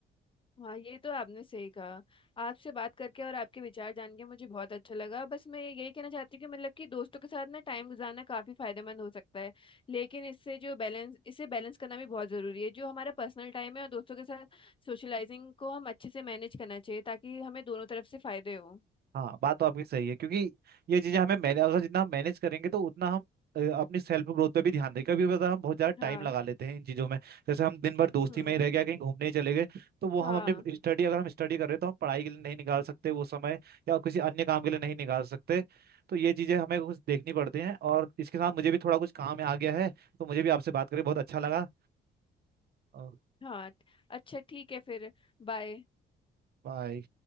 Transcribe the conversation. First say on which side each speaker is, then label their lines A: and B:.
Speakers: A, on the left; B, on the right.
A: हाँ ये तो आपने सही कहा आपसे बात करके और आपके विचार जान के मुझे बहुत अच्छा लगा बस मैं यही कहना चाहती हूँ कि मतलब कि दोस्तों के साथ ना टाइम गुजारना काफी फायदेमंद हो सकता है लेकिन इससे जो बैलेंस इसे बैलेंस करना भी बहुत जरूरी है जो हमारा पर्सनल टाइम है और दोस्तों के साथ सोशलाइजिंग को हम अच्छे से मैनेज करना चाहिए ताकि हमें दोनों तरफ से फायदे हो
B: हाँ बात तो आपकी सही है क्योंकि ये चीजें हमें मैंने अगर जितना हम मैनेज करेंगे तो उतना हम अ, अपनी सेल्फ ग्रोथ पे भी ध्यान दें कभी पता हम बहुत ज्यादा
A: हाँ
B: टाइम लगा लेते हैं इन चीजों में जैसे हम दिन भर दोस्ती
A: हम्म
B: में ही रह गया कहीं घूमने ही चले गए तो वो हम
A: हाँ
B: अपने स्टडी अगर हम स्टडी कर रहे हैं तो हम पढ़ाई के लिए नहीं निकाल सकते वो समय या किसी अन्य काम के लिए नहीं निकाल सकते तो ये चीजें हमें कुछ देखनी पड़ती हैं और इसके साथ मुझे भी थोड़ा कुछ काम आ गया है तो मुझे भी आपसे बात करके बहुत अच्छा लगा और
A: हाँ अच्छा ठीक है फिर बाय
B: बाय